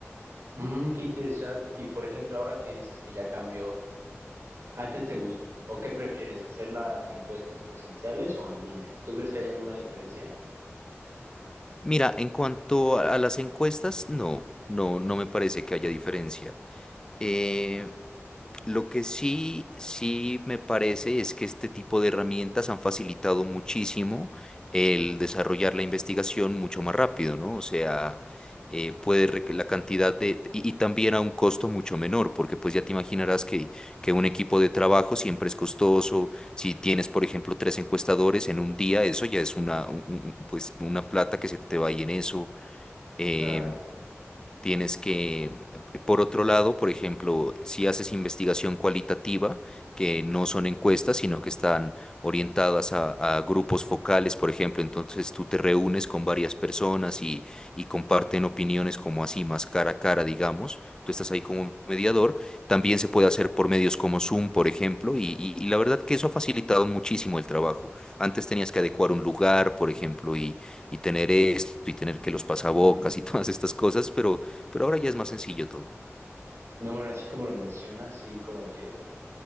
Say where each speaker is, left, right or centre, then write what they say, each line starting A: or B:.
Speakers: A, on the right (about 65°); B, on the left (about 15°).
A: Mm, qué interesante. Y por ejemplo, ahora que dices que ya cambió, Antes te gustó, o qué prefieres, hacer las encuestas presenciales o en línea? ¿Tú crees que hay alguna diferencia?
B: Mira, en cuanto a a las encuestas, no, no, no me parece que haya diferencia. Eh, lo que sí, sí me parece es que este tipo de herramientas han facilitado muchísimo el desarrollar la investigación mucho más rápido, ¿no? O sea, eh, puede rec- la cantidad de, y, y también a un costo mucho menor, porque pues ya te imaginarás que, que un equipo de trabajo siempre es costoso. Si tienes, por ejemplo, tres encuestadores en un día, eso ya es una, un- un- pues, una plata que se te va ahí en eso. em,
A: Claro.
B: Tienes que, eh, por otro lado, por ejemplo, si haces investigación cualitativa, que no son encuestas, sino que están orientadas a, a grupos focales, por ejemplo, entonces tú te reúnes con varias personas y, y comparten opiniones como así, más cara a cara, digamos, tú estás ahí como mediador, también se puede hacer por medios como Zoom, por ejemplo, y, y y la verdad que eso ha facilitado muchísimo el trabajo. Antes tenías que adecuar un lugar, por ejemplo, y, y tener esto, y tener que los pasabocas
A: Mm,
B: y <laughs> todas estas cosas, pero... Pero ahora ya es más sencillo todo.
A: No, bueno, así como lo mencionas, sí como que